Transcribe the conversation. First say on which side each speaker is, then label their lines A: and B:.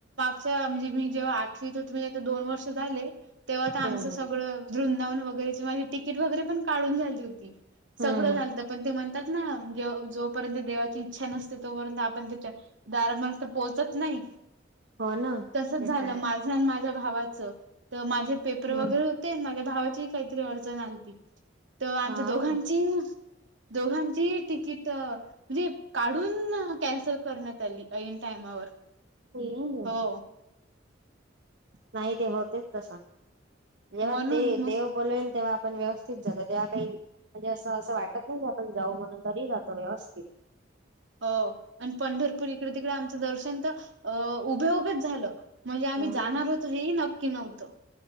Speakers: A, on the right; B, on the right.
A: म्हणजे मी जेव्हा आठवीत होत म्हणजे दोन वर्ष झाले, तेव्हा
B: हम्म
A: तर आमचं सगळं
B: हम्म.
A: वृंदावन वगैरेची माझी तिकीट वगैरे पण काढून झाली होती,
B: हम्म
A: सगळं
B: हम्म
A: झालत, पण ते ना ज जोपर्यंत देवाची इच्छा नसते तोपर्यंत आपण त्याच्या दारापर्यंत पोहोचत नाही,
B: हो ना
A: तसंच
B: ते
A: झालं
B: तर आहेच
A: माझं आणि माझ्या भाव भावाचं, तर माझे पेपर
B: हम्म
A: वगैरे होते, माझ्या भावाची हि काहीतरी अडचण आलती. तर आमच्या
B: हाव
A: दोघांची,
B: का
A: दोघांचीही तिकीट तर म्हणजे काढून, कॅन्सल करण्यात आली ऐन टायमावर
B: हम् हू.
A: हो
B: नाही ते होतेच तसां, जेव्हा
A: म्हणून
B: ते
A: मग
B: देव बोलल तेव्हा पणं व्यवस्थित जातो तेव्हा काही म्हणजे असं असं वाटत नाही की, आपण जाऊ म्हणून तरी जातो व्यवस्थित.
A: हो, आणि पंढरपूर इकडे, तिकडे आमचं दर्शन तर अ उभे उभेच झालं. म्हणजे आम्ही
B: हम्म
A: जाणार होतो, हेही नक्की नव्हतं.